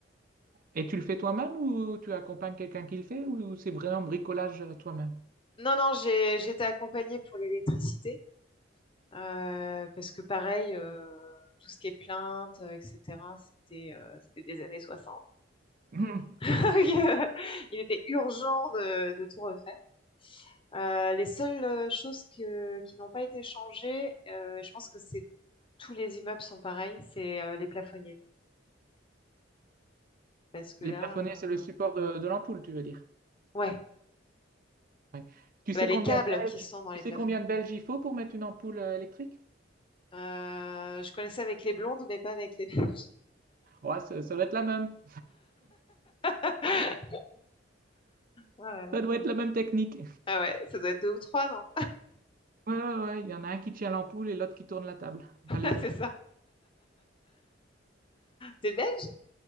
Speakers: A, on the right (about 50°); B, on the left (about 30°).
A: Et tu le fais toi-même ou tu accompagnes quelqu'un qui le fait ou c'est vraiment bricolage euh, toi-même?
B: Non, non, j'ai, j'ai été accompagnée pour l'électricité. Euh, parce que pareil, euh, tout ce qui est plainte, euh, etc., c'était euh, c'était des années 60.
A: Mhm.
B: <laughs> Il était urgent de, de tout refaire. Euh, les seules euh, choses que- qui n'ont pas été changées, euh, je pense que c'est tous les immeubles sont pareils, c'est euh, les plafonniers. Parce que
A: Les
B: là,
A: plafonnets,
B: euh,
A: c'est le support de, de l'ampoule, tu veux dire.
B: ouais,
A: Ouais. Tu
B: Bah,
A: sais
B: les
A: combien
B: câbles
A: de belges,
B: qui sont dans les
A: tu sais
B: plafonds.
A: combien de belges il faut pour mettre une ampoule euh, électrique?
B: Euh, je connaissais avec les blondes, mais pas avec les. beiges.
A: Ouais, ça, ça doit être la même.
B: <laughs> Ah là là.
A: Ça doit être la même technique.
B: Ah ouais, ça doit être deux ou trois, non?
A: Ouais, ouais, ouais, il y en a un qui tient l'ampoule et l'autre qui tourne la table.
B: <laughs>
A: Enfin, les autres.
B: C'est ça. T'es belge?